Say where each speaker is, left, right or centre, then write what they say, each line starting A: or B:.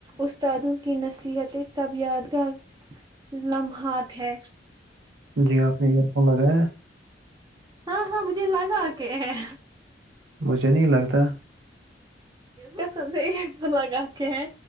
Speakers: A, on the right; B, on the right.
A: استادوں کی نصیحتیں سب یادگار لمحات ہے
B: ہچ جی آپ نے ایئر فون لگایا
A: ہاں ہاں مجھے لگا کے ہیں
B: مجھے نہیں لگتا
A: کس سے لگا کہ ہے